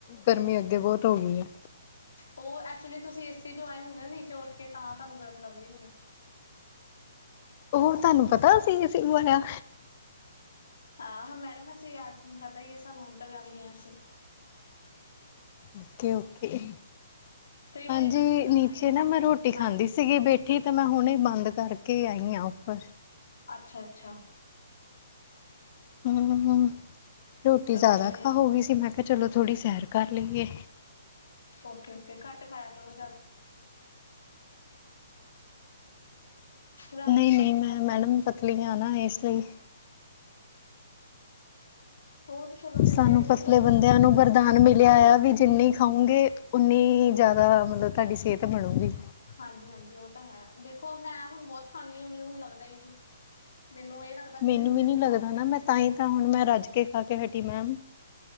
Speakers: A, on the left; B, on the left.
A: ਗਰਮੀ ਅੱਗੇ ਬਹੁਤ ਹੋ ਗਈ ਹੈ।
B: ਉਹ ਐਕਚੁਲੀ ਤੁਸੀਂ ਏਸੀ ਚੋਂ ਆਏ ਹੁੰਦੇ ਨਾ ਨੀਚੇ ਉੱਠ ਕੇ ਤਾਂ ਤੁਹਾਨੂੰ ਗਰਮ ਲੱਗ ਰਹੀ ਹੋਣੀ।
A: ਉਹ ਤੁਹਾਨੂੰ ਪਤਾ ਅਸੀਂ ਏਸੀ ਲਵਾਇਆ।
B: ਆਹੋੋ ਮੈਡਮ ਅਸੀਂ ਯਾਦ ਪਤਾ ਹੀ ਆ ਸਾਨੂੰ ਅੰਦਰ ਜਾਂਦੇ ਹਾਂ ਅਸੀਂ।
A: ਓਕੇ ਓਕੇ
B: ਕਈ ਵਾਰ
A: ਹਾਂਜੀ
B: ਏਦਾਂ ਵੀ ਹੁੰਦਾ
A: ਨੀਚੇ
B: ਏਸੀ
A: ਨਾ ਮੈਂ
B: ਚੋਂ
A: ਰੋਟੀ
B: ਹਾਂਜੀ
A: ਖਾਂਦੀ ਸੀਗੀ ਬੈਠੀ। ਤੇ ਮੈਂ ਹੁਣੇ ਬੰਦ ਕਰਕੇ ਆਈ ਹਾਂ ਉੱਪਰ।
B: ਅੱਛਾ ਅੱਛਾ।
A: ਹੂੰ ਹੂੰ ਰੋਟੀ
B: ਚਲੋ
A: ਜ਼ਿਆਦਾ
B: ਵਧੀਆ
A: ਖਾ ਹੋ ਗਈ ਸੀ। ਮੈਂ ਕਿਹਾ ਚਲੋ ਥੋੜ੍ਹੀ ਸੈਰ ਕਰ ਲਈਏ।
B: ਓਕੇ ਓਕੇ ਘੱਟ ਖਾਇਆ ਕਰੋ ਜ਼ਿਆਦਾ। ਰਾਤ
A: ਨਹੀਂ
B: ਨੂੰ ਕੱਟ
A: ਨਹੀਂ ਮੈਂ
B: ਹੀ ਖਾਈ ਸੀ ਹੁੰਦੀ।
A: <unintelligible>
B: ਉਹ ਤੇ ਚਲੋ ਫਿਰ ਸਿਹਤ
A: ਸਾਨੂੰ
B: ਸੂਤ
A: ਪਤਲੇ ਬੰਦਿਆਂ ਨੂੰ ਵਰਦਾਨ ਮਿਲਿਆ ਆ ਵੀ ਜਿੰਨੀ ਖਾਊਂਗੇ ਉਓਨੀ ਜ਼ਿਆਦਾ ਮਤਲਬ ਤੁਹਾਡੀ ਸਿਹਤ ਬਣੂਗੀ।
B: ਹਾਂਜੀ- ਹਾਂਜੀ ਉਹ ਤਾਂ ਹੈ, ਦੇਖੋ ਮੈਂ ਹੁਣ ਬਹੁਤ ਖਾਂਦੀ ਹਾਂ, ਮੈਨੂੰ ਹੁਣ ਲੱਗਦਾ ਹੀ ਨੀ। ਮੈਨੂੰ ਇਹ ਲੱਗਦਾ
A: ਮੈਨੂੰ ਵੀ ਨਹੀਂ ਲੱਗਦਾ
B: ਲਾਉਣੀ ਪੈਣੀ
A: ਨਾ, ਮੈਂ ਤਾਂ ਹੀ ਤਾਂ ਹੁਣ ਮੈਂ ਰੱਜ ਕੇ ਖਾ ਕੇ ਹਟੀ ਮੈਮ।